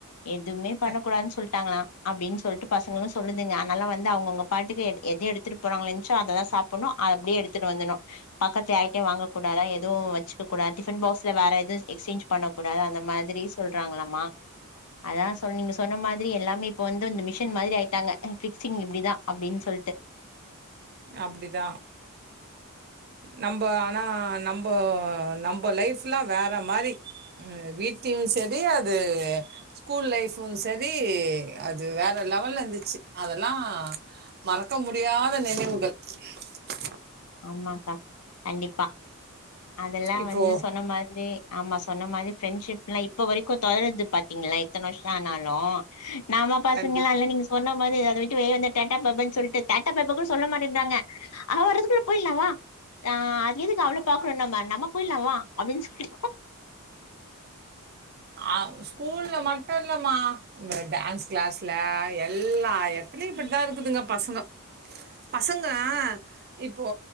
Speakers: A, on the left; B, on the right.
A: எதுமே பண்ணக்கூடாதுனு
B: க
A: சொல்.. ட்டாங்களா அப்படின்னு சொல்ட்டு பசங்களூ சொல்லுதுங்க அதனால வந்து அவங்கவுங்க பாட்டுக்கு எத எடுத்துட்டு போறாங்க லன்ச்சோ அதைதா சாப்புட்ணூ அப்படியே எடுத்துட்டு வந்துணூ பக்கத்து யார்டியம் வாங்க கூடாதா எதுவூ வச்சுக்க கூடாது டிஃபன் பாக்ஸ்ல வேற எது.. எக்ஸ்சேஞ்ச் பண்ணக்கூடாது அந்த மாதிரி சொல்றாங்களாமா அதா சொல் நீங்க சொன்ன மாதிரி எல்லாமே இப்போ வந்து இந்த மிஷின் மாதிரி ஆயிட்டாங்க ஃபிக்சிங் இப்படிதா அப்டின்னு சொல்ட்டு.
B: அப்படிதா நம்போ ஆனா நம்போ நம்போ லைஃப்ல்லா வேற மாரி வீட்டில் சரி அது ஸ்கூல் லைஃபும் சரி அது வேற லெவல்ல இருந்துச்சு அதெல்லா மறக்க முடியாத நினைவு. <inaudible>
A: ஆமாக்கா கண்டிப்பா. அதெல்லா
B: இப்போ
A: வந்து சொன்ன மார் <unintelligible> ஆமா சொன்ன மாரி ஃப்ரெண்ட்ஷிப் எல்லா இப்ப வரைக்கு தொடருது பாத்தீங்களா எத்தன வருஷோ ஆனாலூ நாம பசங்கங்களா
B: கண்டிப்பா.
A: இல்ல நீங்க சொன்ன.. அத விட்டு வெளிய வந்து டா டா பா பாய் சொல்டு டா டா பா பாய் கூட சொல்ல மாட்டின்டாங்க அவ வர்றதுக்குள்ள போயிலாவா ஹ அது எதுக்கு அவள பாக்குறோ நம்ம நம்ம போயிலா வா அப்டின்னு சொல்லி.
B: அஹ் ஸ்கூல்ல மட்டு இல்லமா இந்த டான்ஸ் கிளாஸ்ல எல்லா எட்த்துலயு இப்படித்தா இருக்குதுங்க பசங்கோ பசங்க இப்போ